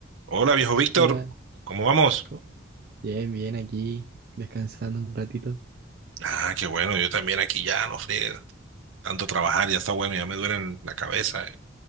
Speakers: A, on the right (about 85°); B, on the right (about 50°).
A: Hola, viejo Víctor,
B: Hola,
A: ¿cómo vamos?
B: co- bien, bien aquí, descansando un ratito.
A: Ah, qué bueno, yo también aquí ya, no friegue, tanto trabajar, ya está bueno, ya me duele la cabeza. eh,